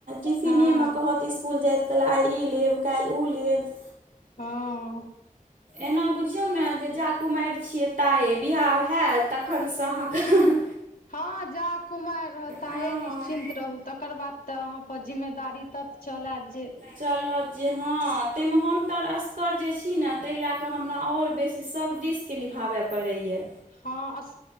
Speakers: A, on the right; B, on the left.
A: टिफिनिये
B: हँ
A: मे कहत इस स्कुल जायइत काल, आइ ई लेब काल्हि उ लेब।
B: हँ।
A: एना बुझियौ ने जे जा कुमारि छियै ताये। वियाह हैत तखनसँ अहाँकेँ हं-हं
B: हँ जा कुमारि रहत ताये
A: हँ
B: निश्चिन्त रहू। त कर बाद तऽ अहाँ पर ज़िम्मेदारी तत चल अयत जे
A: चलत जे हँ, ताहिमे हम तऽ असगर जे छी ने ताहि लए कऽ हमरा और बेसी, सभ दिस के निभाबै पड़ैए।
B: हँ, अस